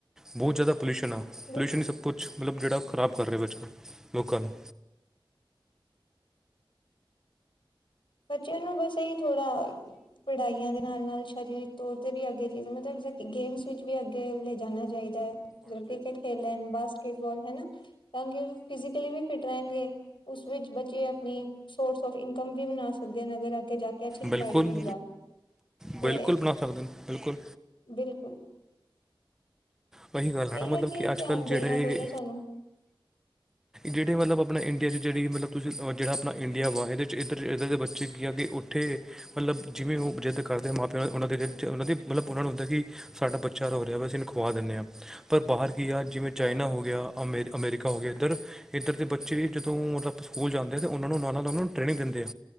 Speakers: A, in the centre; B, on the left (about 65°).
A: ਬੋਤ ਜਾਦਾ ਪੋਲਿਊਸ਼ਨ ਆ।
B: ਬਿਲਕੁਲ
A: ਪੋਲਿਊਸ਼ਨ ਈ ਸਭ ਕੁਛ ਮਤਲਬ ਜੇੜਾ ਖ਼ਰਾਬ ਕਰ ਰੇ ਵੇ ਅੱਜ-ਕੱਲ, ਲੋਕਾਂ ਨੂੰ।
B: ਬੱਚਿਆਂ ਨੂੰ ਬਸ ਐਈ ਥੋੜਾ ਪੜਾਈਆਂ ਦੇ ਨਾਲ-ਨਾਲ ਸ਼ਾਰੀਰਿਕ ਤੋਰ ਤੇ ਵੀ ਅੱਗੇ <unintelligible> ਮਤਲਬ ਜ ਗ ਗੇਮਸ ਵਿੱਚ ਵੀ ਅੱਗੇ ਲੈ ਜਾਨਾਂ ਚਾਈਦੈ। ਯਾਂ ਕ੍ਰਿਕਟ ਖੇਲ ਲੈਨ, ਬਾਸਕਿਟਬਾਲ ਹੈਨਾ ਤਾਂ ਕਿ ਫਿਜ਼ਕਲੀ ਵੀ ਫਿੱਟ ਰੈਨਗੇ। ਉਸ ਵਿੱਚ ਬੱਚੇ ਆਪਨੂੰ ਸੋਰਸ ਆਫ ਇਨਕਮ ਵੀ ਬਨਾ ਸਕਦੇ ਨੇ ਅਗਰ ਅੱਗੇ ਜਾ ਕੇ ਅੱਛੇ ਖਿਲਾੜੀ
A: ਬਿਲਕੁਲ,
B: ਬਣ ਜਾਣ ਤੇ
A: ਬਿਲਕੁਲ ਬਨਾ ਸਕਦੇ ਨ। ਬਿਲਕੁਲ
B: ਬਿਲਕੁਲ।
A: ਪ ਅਹੀ ਗੱਲ ਐ
B: ਇਹੀ
A: ਨਾ ਮਤਲਬ
B: ਹੈ
A: ਕਿ ਅੱਜ-ਕੱਲ
B: ਧਿਆਨ ਦੇਣਾ
A: ਜੜੇ
B: ਪਏਗਾ ਸਾਨੂੰ
A: ਜੇੜੇ ਮਤਲਬ ਆਪਨਾ ਇੰਡੀਆ ਦੀ ਜੜੀ ਮਤਲਬ ਤੁਸੀਂ ਅ ਵ ਜੜਾ ਆਪਨਾ ਇੰਡੀਆ ਵਾ ਏਦੇ 'ਚ ਏੱਧਰ, ਏੱਧਰ ਦੇ ਬੱਚੇ ਕੀ ਆ ਕਿ ਓ ਥੇ ਮਤਲਬ ਜਿਵੇਂ ਓ ਜਿੱਦ ਕਰਦੇ ਆ ਮਾਂ ਪਿਓ ਓਨਾਂ ਦੇ ਜੇ ਓਨਾਂ ਦੀ ਮਤਲਬ ਓਨਾਂ ਨੂੰ ਹੁੰਦੈ ਕਿ ਸਾਡਾ ਬੱਚਾ ਰੋ ਰਿਐ ਬਸ ਏਨੂੰ ਖਵਾ ਦਿੰਨੇ ਆਂ। ਪਰ ਬਾਹਰ ਕੀ ਆ ਜਿਵੇਂ ਚਾਈਨਾ
B: ਹਾਂ
A: ਹੋ ਗਿਆ, ਅਮੇ ਅਮੈਰੀਕਾ ਹੋ ਗਿਆ ਇੱਧਰ ਏੱਧਰ ਦੇ ਬੱਚੇ ਜਦੋਂ ਮਤਲਬ ਸਕੂਲ ਜਾਂਦੇ ਆ ਤੇ ਓਨਾਂ ਨੂੰ ਨਾਲ-ਨਾਲ ਓਨਾਂ ਨੂੰ ਟ੍ਰੇਨਿੰਗ ਦੇਂਦੇ ਆ।